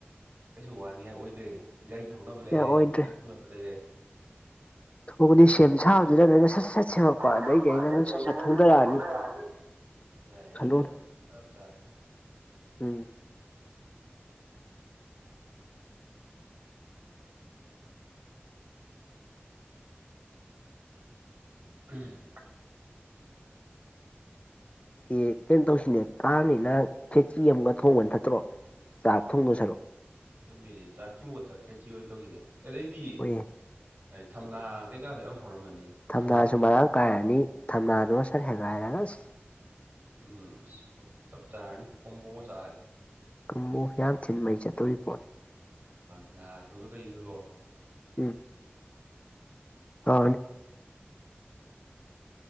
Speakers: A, on the right; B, on the left.
A: ꯀꯩꯁꯨ ꯋꯥꯅꯤꯡꯉꯥꯏ ꯑꯣꯏꯗ꯭ꯔꯦꯅꯦ ꯒꯥꯔꯤ ꯊꯧꯅꯕ ꯂꯩꯔꯦ
B: ꯌꯥ ꯑꯣꯏꯗ꯭ꯔꯦ
A: ꯏꯌꯥꯔ ꯄꯨꯅꯕ ꯂꯩꯔꯦ
B: ꯃꯅꯤ ꯁꯦꯝ ꯁꯥꯕꯗꯨꯗꯣꯏꯅ ꯁꯠ ꯁꯠ ꯁꯦꯝꯃꯛꯄ
A: ꯑ
B: ꯑꯗꯩꯗꯤ
A: ꯄꯗꯩ
B: ꯑꯩꯅ ꯅꯣꯏ
A: ꯂꯩꯅ
B: ꯁꯠ ꯁꯠ ꯊꯣꯡꯗꯔꯛꯑꯅꯤ
A: ꯀꯠꯣꯡꯒ ꯌꯥꯅꯤ ꯌꯥꯏ
B: ꯈꯜꯂꯣꯅꯦ
A: ꯌꯥꯏ ꯑꯁ ꯆꯂꯦ
B: ꯎꯝ
A: ꯎ ꯑ
B: ꯑꯦ ꯀꯩꯅꯣ ꯇꯧꯁꯤꯅꯦ ꯀꯥꯡꯅꯤꯅ ꯐꯦꯛꯇ꯭ꯔꯤ ꯑꯃꯒ ꯊꯣꯡꯕꯅ ꯐꯠꯇ꯭ꯔꯣ ꯆꯥꯛ ꯊꯣꯡꯗꯣ ꯁꯔꯨꯛꯑꯣ
A: ꯆꯨꯝꯃꯤꯅꯤ ꯆꯥꯛꯀꯤ ꯃꯨꯠꯇ ꯈꯦꯆꯤ ꯍꯣꯏ ꯇꯧꯁꯤꯅꯦ ꯑꯗꯩꯗꯤ
B: ꯍꯣꯏꯌꯦ
A: ꯊꯝꯅꯥ ꯀꯩꯀꯥꯁꯨ ꯌꯥꯝ ꯍꯧꯔꯝꯃꯅꯤ
B: ꯊꯝꯅꯥꯁꯨ
A: ꯊꯝꯅꯥꯗ
B: ꯃꯔꯥꯡ ꯀꯥꯏꯔꯅꯤ ꯊꯝꯅꯥꯅꯣ ꯁꯠ ꯍꯦꯒꯥꯏꯔ ꯂꯁ
A: ꯎꯝ ꯑꯁ ꯄꯛꯇꯞ ꯆꯥꯔꯅꯤ ꯀꯣꯝꯕꯣꯛ ꯆꯥꯔꯦ
B: ꯀꯕꯨꯨ ꯍꯡꯊꯤꯟ ꯃꯩ ꯆꯠꯇꯣꯔꯤꯕ ꯄꯣꯠꯅꯤ
A: ꯉꯥꯗꯨꯒ ꯀꯩꯒꯒꯣ
B: ꯎꯝ ꯍ